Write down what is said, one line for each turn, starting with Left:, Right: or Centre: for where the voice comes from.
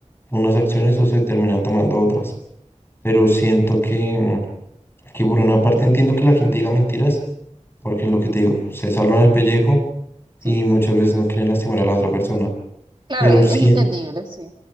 Left: unas acciones o se terminan tomando otras. Pero siento que... mm, que por una parte entiendo que la gente diga mentiras, porque lo que te digo, se salvan el pellejo
Right: Sí.
Left: y muchas veces no quieren lastimar a la otra persona.
Right: Claro,
Left: Pero
Right: e-,
Left: sí,
Right: es entendible, sí,